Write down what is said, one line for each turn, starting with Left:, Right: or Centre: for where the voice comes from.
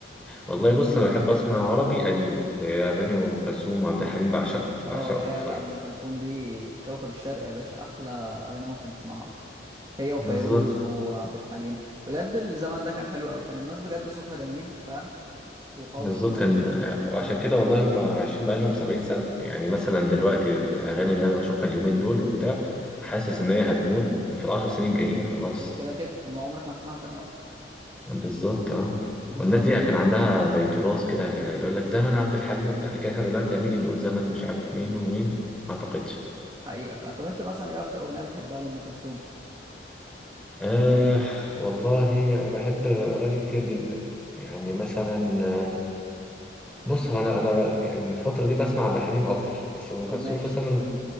Centre: والله بص انا بحب اسمع عربي قديم زي اغاني ام كلثوم وعبد الحليم بعشقه بعشقه
Right: اه يا
Centre: حرفيا
Right: لا ام كلثوم دي كوكب الشرق يا باشا احلى اغاني ممكن تسمعها اصلا هي وفيروز
Centre: بالظبط
Right: وعبد الحليم بجد الزمن ده كان حلو قوي كان الناس بجد صوتها جميل فاهم وقوي
Centre: بالظبط
Right: كده
Centre: كان عشان
Right: اه
Centre: كده والله هم عايشين بقالهم 70 سنه يعني مثلا دلوقتي الاغاني اللي انا بشوفها اليومين دول وبتاع حاسس ان هي هتموت في العشر سنين الجايين خلاص
Right: كده كده وما عمرك ما تسمعها تاني اصلا
Centre: بالظبط اه
Right: بالظبط
Centre: والناس دي كان عندها زي تراث كده يقول لك زمن عبد الحليم وبتاع لكن احنا دلوقتي هنيجي نقول زمن مش عارف مين ومين ما اعتقدش
Right: حقيقة فاهم طب انت مثلا ايه اكتر اغنية بتحبها لام كلثوم
Centre: آه والله بحب اغاني كتير جدا يعني مثلا آه، بص هو انا انا يعني الفتره دي بسمع عبد الحليم اكتر بس ام
Right: طب
Centre: كلثوم
Right: ماشي
Centre: مثلا